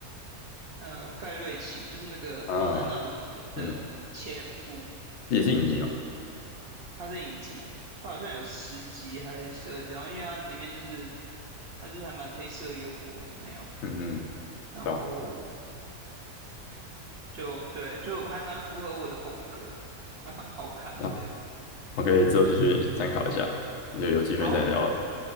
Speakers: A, on the right; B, on the left.
A: 呃盖瑞奇，就是那个马丹娜的的前夫，
B: 啊，嗯，也是影集嘛，
A: 他是影集，他好像有十集还是十二集，然后因为他里面就是他就是还蛮黑色幽默的那样，
B: 嗯嗯，
A: 然后
B: 对吧？
A: 就对就还蛮符合我的风格，还蛮好看的。
B: 啊，我可以之后就去参考一下，那就有机会再聊哦，
A: 好，